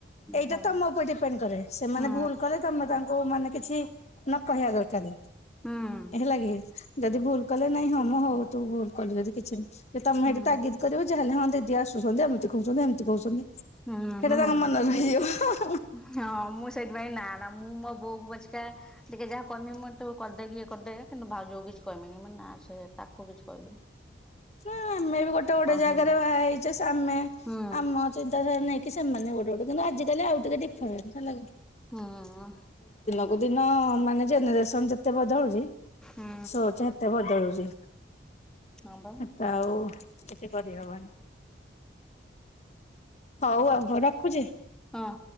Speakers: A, on the left (about 35°); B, in the centre.
A: ଏଇଟା
B: ହଁ
A: ତମ ଉପରେ ଡିପେଣ୍ଡ କରେ ସେମାନେ
B: ହଁ
A: ଭୁଲ କଲେ ତମେ ତାଙ୍କୁ ବୋଉ ମାନେ କିଛି ନ କହିବା ଦରକାର।
B: ହୁଁ
A: ହେଲାକି ଯଦି ଭୁଲ କଲେ ନାଇଁ ହଁ ମ ହଉ ତୁ ଭୁଲ କଲୁ ଯଦି କିଛି ନାଇଁ ତମେ ସେଇଠି
B: ହୁଁ
A: ତାଗିଦ କରିବ ଯାହେଲେ ହ ଦିଦି ଆସୁଛନ୍ତି ଏମିତି କହୁଛନ୍ତି ଏମିତି କହୁଛନ୍ତି ସେଇଟା
B: ହୁଁ ହୁଁ
A: ତାଙ୍କ ମନରେ ରହିଯିବ।
B: ହଁ ମୁଁ ସେଇଥିପାଇଁ ନା ନା ମୁଁ ମୋ ବୋଉକୁ ପଛେକା ଟିକେ ଯାହା କହିମି ମୁଁ ତୁ କରିଦେକିି ଏ କରିଦେ କିନ୍ତୁ ଭାଉଜକୁ କିଛି କହିମିନି ମୁଁ ନା ସେ ତାକୁ କିଛି କହିମିନି।
A: ନା ଆମେ ବି ଗୋଟେ ଗୋଟେ ଜାଗାରେ
B: ହୁଁ
A: ବାହା ହେଇଛେ ଆମେ
B: ହୁଁ
A: ଆମ ଚିନ୍ତାଧାରା ନେଇକି ସେମାନେ ଗୋଟେ ଗୋଟେ। କିନ୍ତୁ ଆଜିକାଲି ଆଉ ଟିକେ ଡିଫରେଣ୍ଟ। ହେଲା କି
B: ହଁ।
A: କୋଉଦିନ ମାନେ ଜେନେରେସନ ଯେତେ ବଦଳୁଚି
B: ହୁଁ
A: ସୋଚ ସେତେ ବଦଳୁଚି।
B: ହଁ ବା
A: ହେତୁ ଆଉ କିଛି କରିହବନି। ହଉ ଆଉ କ ରଖୁଛି।
B: ହଁ।